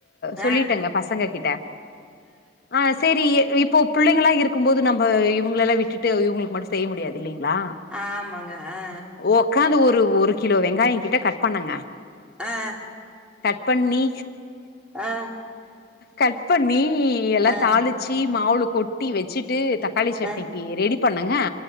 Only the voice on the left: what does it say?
சொல்லிட்டேங்க
பசங்க கிட்ட ஆ செரி இப்போ புள்ளைங்களா இருக்கு போது நம் ப இவங்களெல்லா விட்டுட்டு இவ்ங்களுக்கு மட்டு செய்ய முடியாது இல்லைங்களா
ஓக் ஒக்காந்து ஒரு ஒரு கிலோ வெங்காயம் கிட்ட கட் பண்ணேங்க
கட் பண்ணி
கட் பண்ணி எல்லா
தாளிச்சி மாவுளல கொட்டி வச்சிட்டு தக் தக்காளி சட்னிக்கு
ரெடி பண்ணேங்க